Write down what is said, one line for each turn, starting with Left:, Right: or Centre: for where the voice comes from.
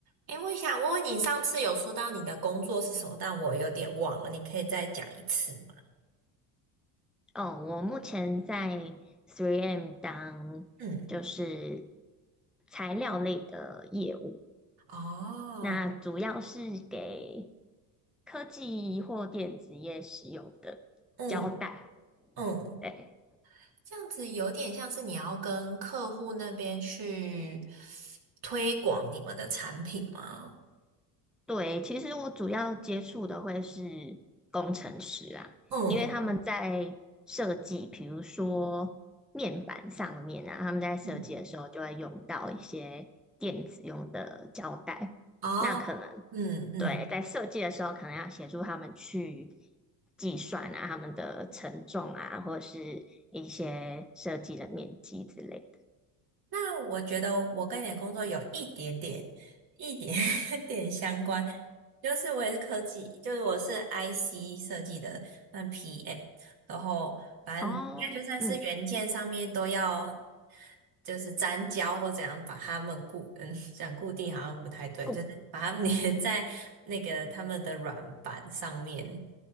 Right: 哎，我想问问你，上次有说到你的工作是什么，但我有点忘了，你可以再讲一次吗？
Centre: 哦，我目前在 3M 当就是
Right: 嗯，
Centre: 材料类的业务，
Right: 哦，
Centre: 那主要是给科技或电子业使用的胶带。
Right: 嗯嗯，
Centre: 对
Right: 这样子有点像是你要跟客户那边去推广你们的产品吗？
Centre: 对，其实我主要接触的会是工程师啊，
Right: 嗯，
Centre: 因为他们在设计，比如说面板上面啊，他们在设计的时候就会用到一些电子用的胶带。
Right: 嗯哦，
Centre: 那可能
Right: 嗯嗯。
Centre: 对，在设计的时候，可能要协助他们去计算啊，他们的承重啊，或者是一些设计的面积之类的。
Right: 那我觉得我跟你的工作有一点点、一点 <laughs> 点相关，就是我也是科技，就是我是 IC 设计的，嗯，PM，然后反正应该就算是元件上面都要，
Centre: 哦，嗯，
Right: 就是粘胶或怎样把它们固，嗯，讲固定好像不太对，
Centre: 固
Right: 就是把它们 <laughs> 粘在那个他们的软板上面，